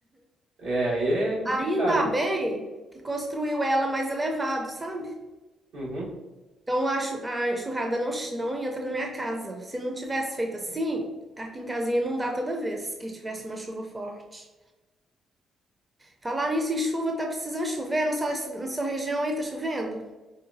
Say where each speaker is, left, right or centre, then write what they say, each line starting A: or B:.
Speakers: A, on the right; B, on the right.
A: É, aí é complicado,
B: Ainda
A: hein?
B: bem que construiu ela mais elevado, sabe?
A: Uhum.
B: Então a, chu- a enxurrada não, ch- não entra na minha casa. Se não tivesse feito assim, aqui em casinha não dá toda vez que tivesse uma chuva forte. Falar nisso em chuva, tá precisando chover? Na sua, na sua região aí tá chovendo?